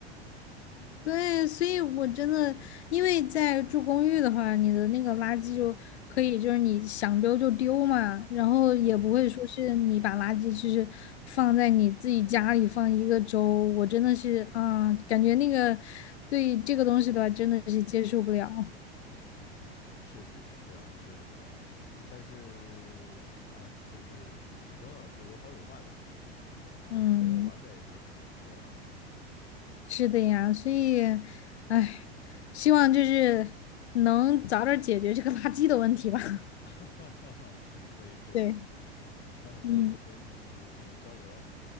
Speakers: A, on the left; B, on the left.
A: <laughs>
B: 对，所以我真的，因为在住公寓的话，你的那个垃圾就可以，就是你想丢就丢嘛，然后也不会说是你把垃圾就是放在你自己家里放一个周。
A: 嗯
B: 我真的是啊，感觉那个对这个东西的话，真的是接受不了。
A: 嗯，确实是这样，确实是这样。但是，哎，就是怎么说呢，就有好有坏吧，可能就是没有完美的这么一个。
B: 嗯。是的呀，所以，唉，希望就是能早点解决这个垃圾的问题吧。<laughs>
A: <laughs> 哈哈哈哈，可以可以，
B: 对，
A: 嗯，那很高兴和你交流啊，
B: 嗯